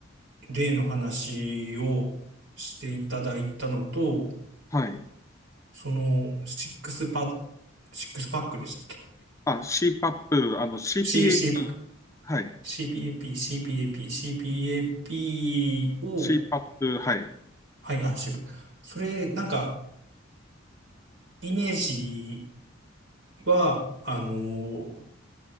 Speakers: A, on the right (about 65°); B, on the left (about 15°).
A: 例の話をしていただいたのと、
B: はい。
A: その、シックスパ、シックスパックでしたっけ
B: あ、c パップあの、CPAP、
A: ?C、C パック。
B: はい。
A: CPAP、CPAP、CPAP を
B: c パッ p はい。
A: はい、あ、渋。それ、なんか、イメージは、あのー